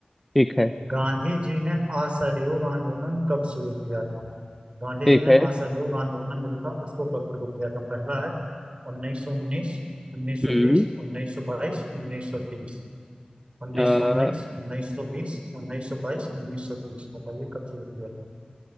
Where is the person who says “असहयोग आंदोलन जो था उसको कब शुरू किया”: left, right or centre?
Right